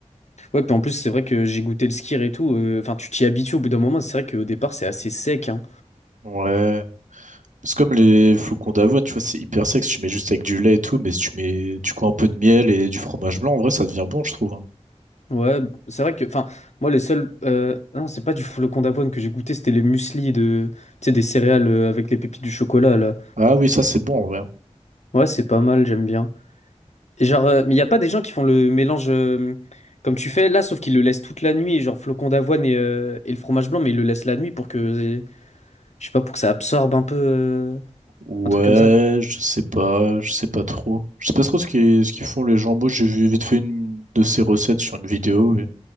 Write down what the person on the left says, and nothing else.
Ouais, puis en plus, c'est vrai que j'ai goûté le skyr et tout. euh, Enfin, tu t'y habitues au bout d'un moment. C'est vrai qu'au départ, c'est assez sec, hein.
Ouais, c'est vrai que. Enfin, moi, les seuls. euh, Non, c'est pas du flocon d'avoine que j'ai goûté, c'était les muesli de. Tu sais, des céréales euh, avec les pépites du chocolat, là.
Ouais, c'est pas mal, j'aime bien. Et genre, euh, mais y a pas des gens qui font le mélange euh, comme tu fais là, sauf qu'ils le laissent toute la nuit, et genre flocon d'avoine et, euh, et le fromage blanc, mais ils le laissent la nuit pour que, je sais pas, pour que ça absorbe un peu, euh,
un truc comme ça.